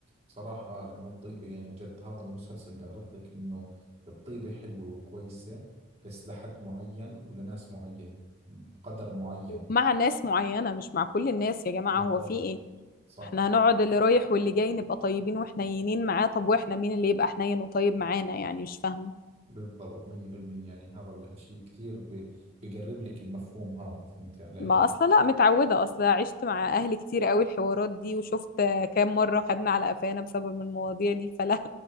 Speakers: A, on the right; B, on the left.
A: صراحة لأنه الطيبة يعني جد هذا المسلسل بيعرض لك إنه الطيبة حلوة وكويسة بس لحد معين ولناس معينة بقدر معين
B: مع ناس معينة مش مع كل الناس يا جماعة
A: بالضبط
B: هو في ايه
A: صح
B: احنا هنقعد اللي رايح واللي جاي نبقى طيبين وحنينين معاه طب واحنا مين اللي يبقى حنين وطيب معانا يعني مش فاهمة
A: بالضبط مية بالمية يعني هذا الإشي كثير ب- بقرب لك المفهوم هذا فهمت علي؟
B: ما اصلا لا متعوده اصلا عشت مع اهلي كتير قوي الحوارات دي وشفت كام مره خدنا على قفانا بسبب المواضيع دي فلا